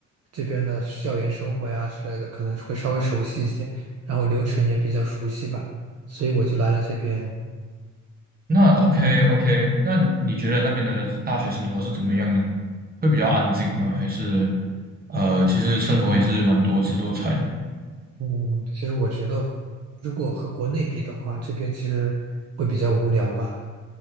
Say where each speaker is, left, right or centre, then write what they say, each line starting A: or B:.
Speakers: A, on the right; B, on the right.
A: 这边的校园生活呀之类的可能会稍微熟悉一些，然后流程也比较熟悉吧，所以我就来了这边。
B: 那 OK OK，那你觉得那边的大学生活是怎么样呢？会比较安静吗？还是呃，其实生活也是蛮多姿多彩的
A: 嗯，其实我觉得，如果和国内比的话，这边其实会比较无聊吧，